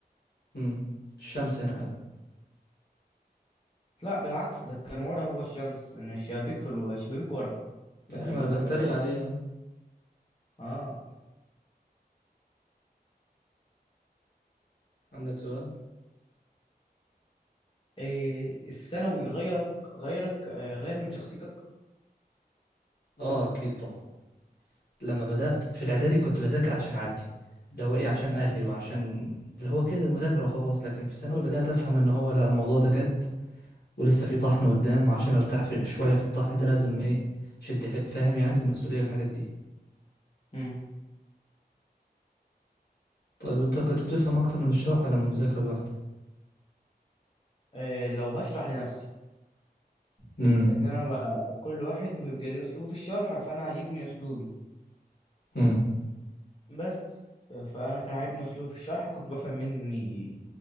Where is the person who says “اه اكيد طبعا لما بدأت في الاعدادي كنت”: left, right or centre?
Left